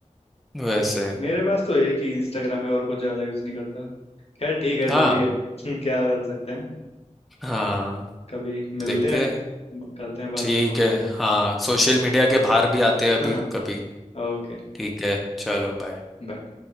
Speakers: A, in the centre; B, on the left (about 50°).
A: वैसे
B: मेरे पास तो एक ही इंस्टाग्राम है और कुछ ज्यादा यूज नहीं करता खैर ठीक है
A: हाँ
B: जो भी है <laughs> हम्म, क्या कर सकते हैं
A: हाँ
B: कभी मिलते
A: देखते
B: हैं
A: हैं
B: करते हैं बात
A: ठीक है हाँ सोशल मीडिया के बाहर भी आते हैं अभी
B: <laughs>
A: कभी
B: ओके
A: ठीक है चलो बाय
B: बाय